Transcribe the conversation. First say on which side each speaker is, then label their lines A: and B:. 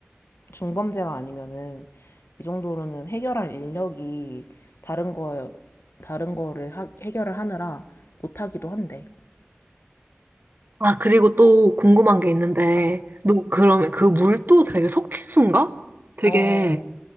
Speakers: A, on the left; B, on the right.
A: 중범죄가 아니면은 이 정도로는 해결할 인력이 다른 거 다른 거를 하- 해결을 하느라 못하기도 한데.
B: 아, 그리고 또 궁금한 게 있는데,
A: 어.
B: 너 그러면 그 물도 되게 석회수인가? 되게,
A: 어,